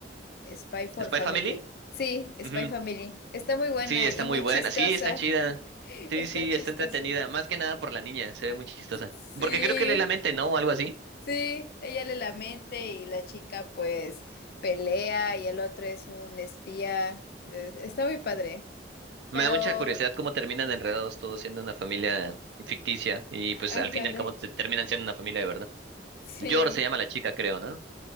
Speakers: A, on the left; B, on the right.
A: Spy for
B: Spy
A: Family.
B: Family.
A: Sí, Spy
B: Ujú.
A: Family. Está muy buena
B: Sí, está
A: y
B: muy
A: muy
B: buena,
A: chistosa.
B: sí, está chida.
A: <laughs>
B: Sí,
A: Está
B: sí,
A: chistosa.
B: está entretenida, más que nada por la niña, se ve muy chistosa.
A: Sí,
B: Porque creo que lee la mente, ¿no? O algo así.
A: sí. Ella le lamente y la chica pues pelea y el otro es un espía. Está muy padre. Pero,
B: Me da mucha curiosidad cómo terminan enredados todos siendo una familia ficticia y pues al
A: ándale.
B: fin y al cabo se terminan siendo una familia de verdad.
A: <laughs>
B: Yor se llama
A: Sí.
B: la chica, creo, ¿no?